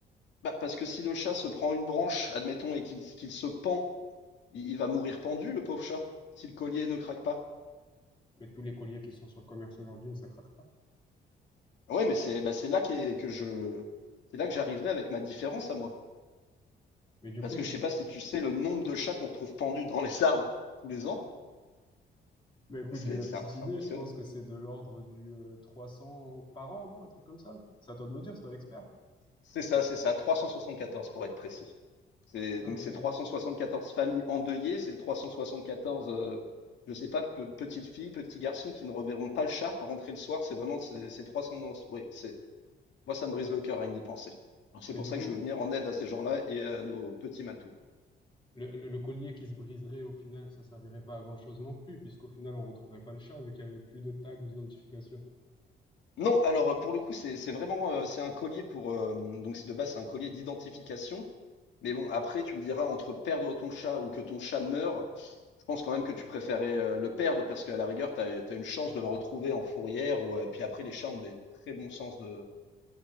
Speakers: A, on the left; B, on the left.
A: bah, parce que si le chat se prend une branche, admettons, et qu'il qu'il se pend, Il, il va mourir pendu, le pauvre chat, si le collier ne craque pas.
B: Mais tous les colliers qui sont sur le commerce aujourd'hui, ne ça craque pas.
A: Oui, mais c'est bah, c'est là qu'est- que je, c'est là que j'arriverai avec ma différence à moi.
B: Mais du
A: Parce
B: coup,
A: que
B: tu
A: je sais
B: pré...
A: pas si tu sais le nombre de chats qu'on retrouve pendus dans les arbres tous les ans.
B: Mais écoute,
A: C'est,
B: j'ai ma
A: ça,
B: petite
A: ça
B: idée.
A: impressionne.
B: Je pense que c'est de l'ordre du euh, 300 par an, non? Un truc comme ça. C'est à toi de me dire, c'est toi l'expert.
A: C'est ça, c'est ça, 374 pour être précis. C'est,
B: Ah,
A: donc
B: Ok.
A: c'est 374 familles endeuillées, c'est 374, euh, je sais pas, pe- petites filles, petits garçons qui ne reverront pas le chat rentrer le soir. C'est vraiment, c'est c'est 300, oui, c'est Moi, ça me brise le cœur rien que d'y penser. Donc c'est
B: Mais
A: pour
B: du
A: ça
B: coup,
A: que je veux venir en aide à ces gens-là et à nos petits matous.
B: le, le, le collier qui se briserait, au final, ça servirait pas à grand-chose non plus, puisqu'au final, on retrouverait pas le chat, vu qu'il y avait plus de tag d'identification.
A: Non, alors euh, pour le coup, c'est c'est vraiment euh, c'est un collier pour euh, donc c'est de base c'est un collier d'identification. Mais bon, après tu me diras entre perdre ton chat ou que ton chat meure, je pense quand même que tu préférais euh, le perdre parce qu'à la rigueur, tu as, une chance de le retrouver en fourrière ou euh, puis après les chats ont des très bons sens de,